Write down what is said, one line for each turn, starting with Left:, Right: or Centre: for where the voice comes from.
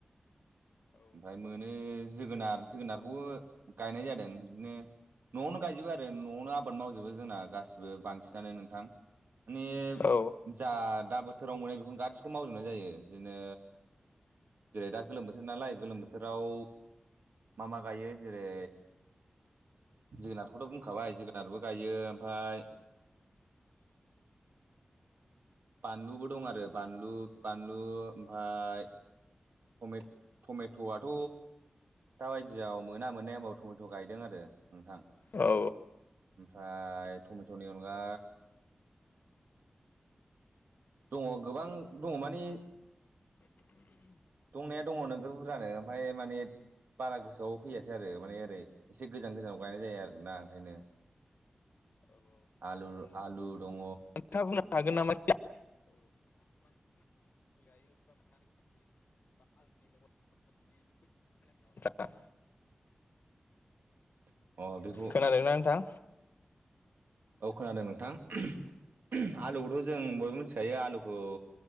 Right: ओमफ्राय मोनो जोगोनार जोगोनारखौबो गायनाय जादों बिदिनो। न'आवनो गायजोबो आरो न'आवनो आबाद मावजोबो जोंना गाैबो बांसिनानो नोंथां। माने
Left: औ
Right: जा दा बोथोराव मोनो बेखौनो गासिखौबो मावजोबनाय जायो। बिदिनो जेरै दा गोलोम बोथोर नालाय। गोलोम बोथोराव मा मा गायो जेरै जोगोनारखौथ' बुंखाबाय जोगोनारबो गायो ओमफाय <unintelligible> बानलुबो दं आरो बानलु बानलु ओमफाय टमे टमेट'आथ' दाबायदियाव मोना मोननाय हबा टमेट' गायदों आरो नोंथां। ओमफाय
Left: औ
Right: टमेट'नि अनगा दङ गोबां दङ माने दंनाया दङ नोगोर बुरजानो ओमफाय माने बारा गोसोआव फैयासै आरो माने ओरै एसे गोजान गोजानाव गायनाय जायो आरोना ओंखायनो आलु आलु रं
Left: खोथा बुंनो हागोन नामा <unintelligible> <unintelligible>
Right: <inaudible> अ बेखौ
Left: खोनादोंना नोंथां
Right: औ खोनादों नोंथां <unintelligible> आलुखौथ' जों बयबो मिथिखायो आलु औ